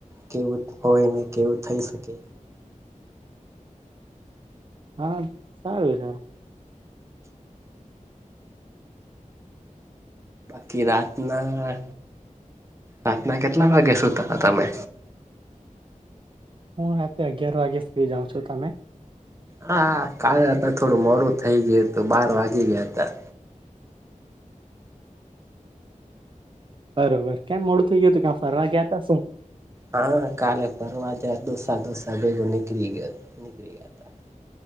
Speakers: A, on the right; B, on the right.
A: કેવું હોય ને કેવું થઈ શકે
B: હા સારું છે
A: આખી રાતના રાતના કેટલા વાગે સુતા હતા તમે
B: હું રાતેે અગિયાર વાગે જાઉં છું તમે
A: હા કાલે હતા થોડું મોડું થઈ ગયું હતું બાર વાગી ગયા હતા
B: બરોબર કેમ મોડું થઇ ગયું હતું કે્યા ફરવા ગયા ત શું
A: હા કાલે ફરવા જયા દોસ્તાર દોસ્તાર ભેગો નીકળી ગયો નીકળી ગયા તા